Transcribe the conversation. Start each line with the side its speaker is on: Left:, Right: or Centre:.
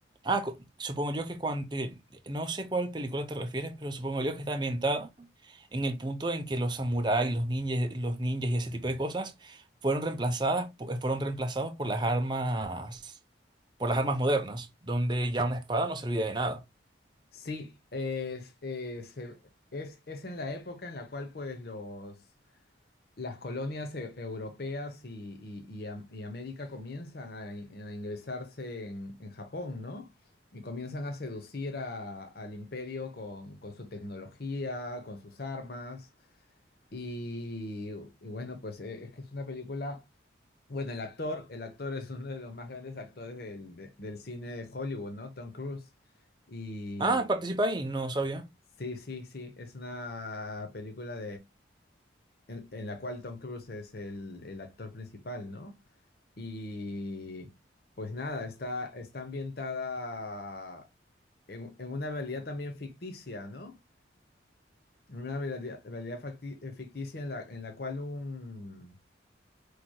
Right: Ah, cu- supongo yo que cuando... No sé cuál película te refieres, pero supongo yo que está ambientada en el punto en que los samuráis, los ninjas, los ninjas y ese tipo de cosas fueron reemplazadas, po- fueron reemplazados por las armas, por las armas modernas, donde ya una espada no servía de nada.
Left: Sí, es, eh, se- es, es en la época en la cual pues los... las colonias e- europeas y, y- y Am- y América comienzan a, in- a ingresarse en, en Japón, ¿no? Y comienzan a seducir a- al imperio con, con su tecnología, con sus armas. Y, y bueno, pues eh, es que es una película. Bueno, el actor, el actor es uno de los más grandes actores del, de- del cine de Hollywood, ¿no? Tom Cruise. Y
Right: Ah, participa ahí, no sabía.
Left: sí, sí, sí, es una película en, en la cual Tom Cruise es el, el actor principal, ¿no? Y pues nada, está, está ambientada en, en una realidad también ficticia, ¿no? En Una realidad, realidad facti- eh, ficticia en la, en la cual un,